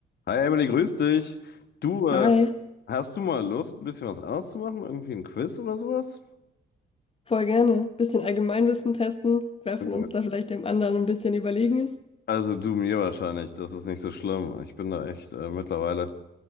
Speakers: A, on the left; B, on the left.
A: Hi Emily, grüß dich. Du, äh,
B: Hi,
A: hast du mal Lust, ein bisschen was anderes zu machen? Irgendwie ein Quiz oder sowas?
B: voll gerne. Bisschen Allgemeinwissen testen, wer von
A: Ja.
B: uns da vielleicht dem anderen ein bisschen überlegen ist.
A: Also du mir wahrscheinlich, das ist nicht so schlimm. Ich bin da echt äh, mittlerweile